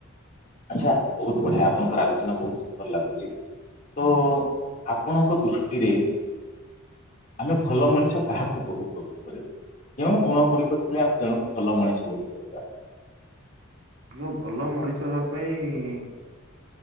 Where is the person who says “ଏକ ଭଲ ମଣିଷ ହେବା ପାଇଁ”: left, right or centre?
Right